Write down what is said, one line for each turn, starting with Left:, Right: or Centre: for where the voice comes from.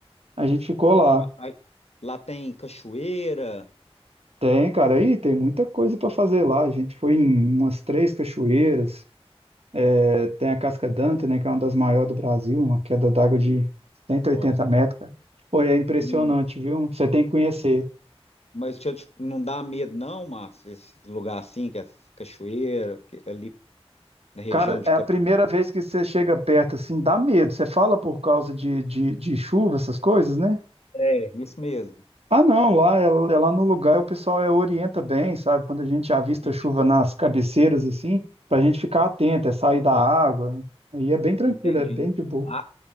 Right: A gente ficou lá.
Left: aí, lá tem cachoeira.
Right: Tem, cara, aí tem muita coisa pra fazer lá. A gente foi em umas três cachoeiras. É, tem a Casca Danta, né, que é uma das maiores do Brasil, uma queda d'água de cento e oitenta
Left: Nossa.
Right: metros, cara. Pô, e é impressionante,
Left: E,
Right: viu? Você tem que conhecer.
Left: mas deixa eu te- não dá medo, não, Márcio, esses lugares assim, que essas cachoeiras, porque ali na região
Right: Cara,
Left: de
Right: é
Left: capital.
Right: a primeira vez que você chega perto, assim, dá medo. Você fala por causa de, de, de chuva, essas coisas, né?
Left: É, isso mesmo.
Right: Ah, não, lá, é, é lá no lugar o pessoal é, orienta bem, sabe? Quando a gente avista
Left: E,
Right: chuva
Left: tipo,
Right: nas cabeceiras, assim, pra gente ficar atento, é sair da água. Aí é bem tranquilo,
Left: entendi.
Right: é bem de boa.
Left: A,